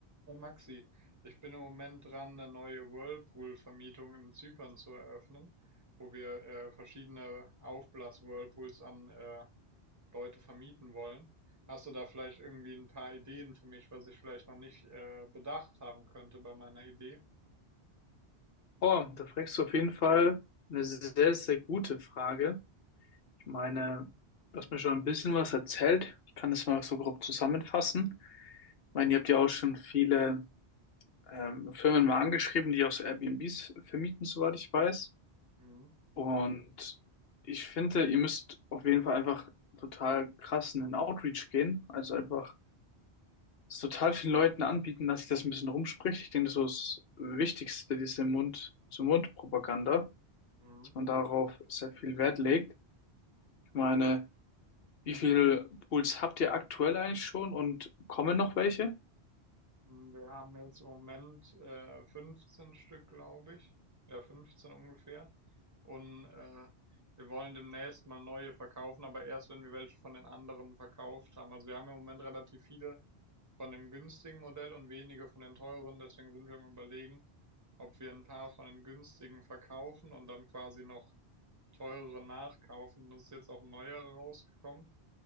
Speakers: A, on the right (about 15°); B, on the left (about 65°).
A: Hey Maxi, ich bin im Moment dran, eine neue Whirlpool-Vermietung in Zypern zu eröffnen, wo wir äh, verschiedene Aufblas-Whirlpools an äh, Leute vermieten wollen. Hast du da vielleicht irgendwie ein paar Ideen für mich, was ich vielleicht noch nicht äh, bedacht haben könnte bei meiner Idee?
B: Oh, da fragst du auf jeden Fall eine sehr, sehr gute Frage. Ich meine, du hast mir schon ein bisschen was erzählt. Ich kann das mal so grob zusammenfassen. Ich meine, ihr habt ja auch schon viele ähm, Firmen mal angeschrieben, die auch so Airbnbs vermieten, soweit ich weiß.
A: Mhm.
B: Und ich finde, ihr müsst auf jeden Fall einfach total krass in den Outreach gehen. Also einfach es total vielen Leuten anbieten, dass sich das ein bisschen rumspricht. Ich denke, das ist so das Wichtigste, diese Mund-zu-Mund-Propaganda.
A: Mhm.
B: dass man darauf sehr viel Wert legt. Ich meine, wie viele Pools habt ihr aktuell eigentlich schon und kommen noch welche?
A: Hm, Wir haben jetzt im Moment äh, 15 Stück, glaube ich. Ja, 15 ungefähr. Und äh, wir wollen demnächst mal neue verkaufen, aber erst, wenn wir welche von den anderen verkauft haben. Also wir haben im Moment relativ viele von dem günstigen Modell und wenige von den teuren. Deswegen sind wir am Überlegen, ob wir ein paar von den günstigen verkaufen und dann quasi noch teurere nachkaufen. Das ist jetzt auch ein neuer rausgekommen.